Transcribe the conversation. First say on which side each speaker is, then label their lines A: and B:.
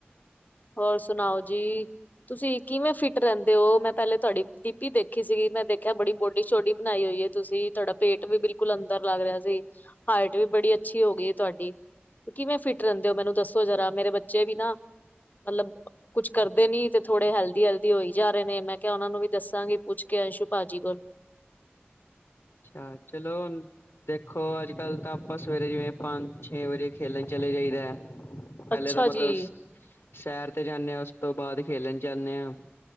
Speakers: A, on the left; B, on the left.
A: ਹੋਰ, ਸੁਨਾਓ ਜੀ। ਤੁਸੀਂ ਕਿਵੇਂ ਫਿਟ ਰਹਿੰਦੇ ਓ? ਮੈਂ ਪੈਲੇ ਤੁਆਡੀ ਡਿਪੀ ਦੇਖੀ ਸੀਗੀ। ਮੈਂ ਦੇਖਿਆ ਬੜੀ ਬੋਡੀ ਸ਼ੋਡੀ ਬਣਾਈ ਹੋਈਏ। ਤੁਸੀਂ ਤੁਆਡਾ ਪੇਟ ਵੀ ਬਿਲਕੁਲ ਅੰਦਰ ਲੱਗ ਰੇਯਾ ਸੀ। ਹਾਈਟ ਵੀ ਬੜੀ ਅੱਛੀ ਹੋ ਗਈ ਏ ਤੁਆਡੀ। ਕਿਵੇਂ ਫਿੱਟ ਰੈਂਦੇ ਓ? ਮੈਨੂੰ ਦੱਸੋ ਜ਼ਰਾ, ਮੇਰੇ ਬੱਚੇ ਵੀ ਨਾ ਮਤਲਬ ਕੁਛ ਕਰਦੇ ਨੀ ਤੇ ਥੋੜੇ ਹੈਲਦੀ-ਹੈਲਦੀ ਹੋਈ ਜਾ ਰੇਨੇ, ਮੈਂ ਕੇਯਾ ਉਨਾਂ ਨੂੰ ਵੀ ਦੱਸਾਂਗੀ, ਪੁੱਛ ਕੇ ਅੰਸ਼ੂ ਭਾਜੀ ਕੋਲੋ।
B: ਆ ਚਲੋ, ਹੁਨ ਦੇਖੋ, ਅੱਜ ਕੱਲ੍ਹ ਤਾਂ ਆਪਾਂ ਸਵੇਰੇ ਜਿਵੇਂ ਪੰਜ ਛੇ ਵਜੇ ਖੇਲਣ ਚਲੇ ਜਾਈਦਾ ਹੈ। ਪਹਿਲੇ
A: ਅੱਛਾ
B: ਤਾਂ ਮਤਲਬ
A: ਜੀ,
B: ਸੈਰ ਤੇ ਜਾਂਦੇ ਹਾਂ। ਉਸ ਤੋਂ ਬਾਅਦ ਖੇਲਣ ਜਾਂਦੇ ਹਾਂ।